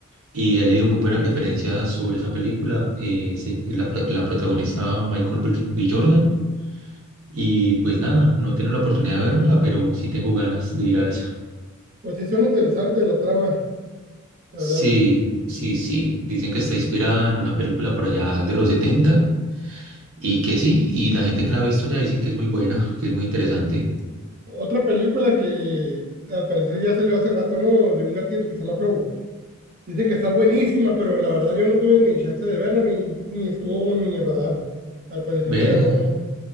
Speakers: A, on the right; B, on the right.
A: Y he leído muy buenas referencias sobre esa película, eh, se- la, pro- la protagonista Michael B. B. Jordan. Y pues nada, no tengo la oportunidad de vérmela, pero sí tengo ganas de ir a esa.
B: Pues sí, son interesantes la trama, la
A: Sí,
B: verdad.
A: sí, sí. Dicen que está inspirada en una película por allá de los setenta Y que sí, y la gente que la ha visto ya dicen que es muy buena, que es muy interesante.
B: Otra película que al parecer ya salió hace rato, ¿no? De un gatito que se llama Flow. Dicen que está buenísima, pero la verdad yo no tuve ni chance de verla, ni, ni estuvo en mi radar. Al parecer
A: Ve,
B: se ganó